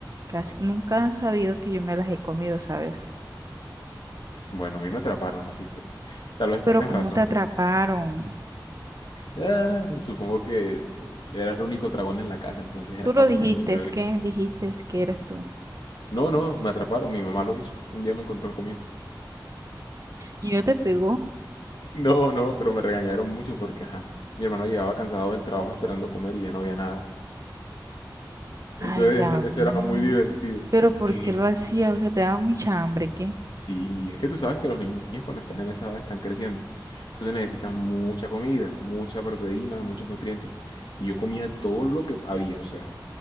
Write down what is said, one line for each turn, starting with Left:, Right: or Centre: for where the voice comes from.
Right: Casi nunca han sabido que yo me las he comido, ¿sabes?
Left: Bueno, a mí me atraparon, así que tal vez
Right: Pero
Left: tengas
Right: ¿cómo
Left: razón.
Right: te atraparon?
Left: Ah, supongo que era el único dragón en la casa, entonces era
Right: Tú
Left: fácil
Right: lo dijiste,
Left: encontrar
Right: es
Left: el-
Right: que dijiste es que eras tú.
Left: No, no, me atraparon, mi mamá lo hizo. Un día me encontró comiendo.
Right: ¿Y no te pegó?
Left: No, no, pero me regañaron mucho porque, ajá, mi hermano llegaba cansado del trabajo esperando comer y ya no había nada.
Right: Ay,
Left: Entonces
Right: David.
Left: eso, eso era muy divertido.
Right: Pero ¿por
Left: ¿Qué?
Right: qué lo hacía? O sea, te daba mucha hambre, ¿qué?
Left: Sí, es que tú sabes que los niños cuando están en esa edad están creciendo. Entonces necesitan mucha comida, mucha proteína, muchos nutrientes. Y yo comía todo lo que había, o sea,